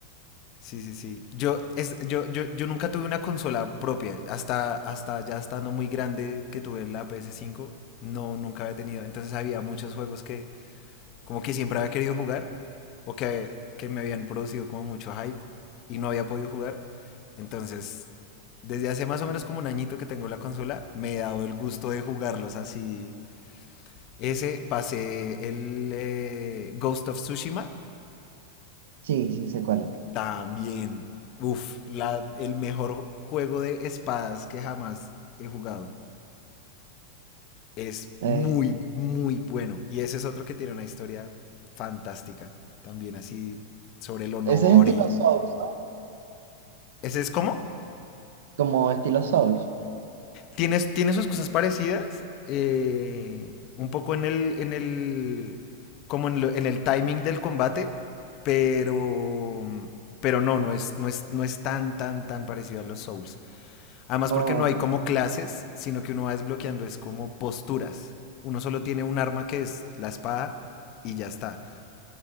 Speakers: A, on the left; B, on the right.
A: Sí, sí, sí. Yo, es, yo, yo, yo nunca tuve una consola propia. Hasta, hasta ya estando muy grande que tuve la ps cinco no, nunca había tenido. Entonces había muchos juegos que como que siempre había querido jugar o que, que me habían producido como mucho hype y no había podido jugar. Entonces, desde hace más o menos como un añito que tengo la consola, me he dado el gusto de jugarlos así. Ese pasé el eh, Ghost of Tsushima
B: Sí, sí, sé cuál es.
A: También, uff, el mejor juego de espadas que jamás he jugado. Es
B: Eh,
A: muy, muy bueno. Y ese es otro que tiene una historia fantástica. También así sobre el honor
B: ese es estilo
A: y...
B: Souls, ¿no?
A: Ese es como...
B: Como estilo Souls.
A: Tiene, tiene sus cosas parecidas. eh, un poco en el... En el como en, lo- en el timing del combate. Pero... Pero no, no es, no, es, no es tan, tan, tan parecido a los Souls. Además
B: Oh,
A: porque no hay como clases, sino que uno va desbloqueando es como posturas. Uno solo tiene un arma que es la espada y ya está,